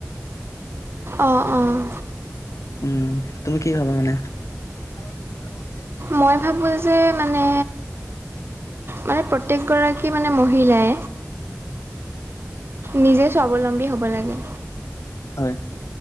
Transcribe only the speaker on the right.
অ' অ'।
মই ভাবোঁ যে মানে। মানে প্ৰত্যেকগৰাকী মানে মহিলাই নিজে স্বাৱলম্বী হ'ব লাগে।